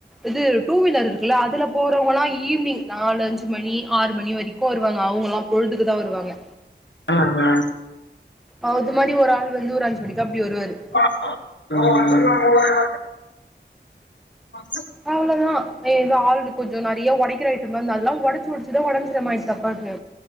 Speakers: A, in the centre; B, on the left.
A: இது டூ வீலர் இருக்கல்ல அதுல போறவங்கல்லா ஈவ்னிங் நாலு அஞ்சு மணி ஆறு மணி வரைக்கு வருவாங்க அவுங்கல்லா பொழுதுக்குதா வருவாங்க
B: அ ஆ
A: அவுது மாரி ஒரு ஆள் வந்து ஒரு அஞ்சு மணிக்கா அப்டி வருவாரு
B: ம் <inaudible>
A: அவ்ளதா இந்த ஆல்டு கொஞ்சோ நெறயா ஒடக்கிற ஐயிட்டம் இந்த அதா ஒடச்சு ஒடச்சுதா ஒடஞ்சுற மாயிடுத்து அப்பாக்கு